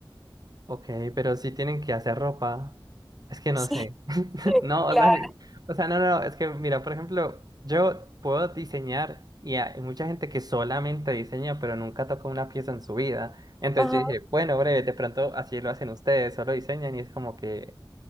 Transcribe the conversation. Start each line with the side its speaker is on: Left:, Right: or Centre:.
Right: ok, pero sí tienen que hacer ropa. Es que no
Centre: Sí,
Right: sé. <laughs> No,
Centre: claro.
Right: dale. O sea, no, no, no, es que mira, por ejemplo, yo puedo diseñar y hay mucha gente que solamente diseña, pero nunca toca una pieza en su vida. Entonces
Centre: Ajá.
Right: yo dije, bueno, breve, de pronto así lo hacen ustedes, solo diseñan y es como que.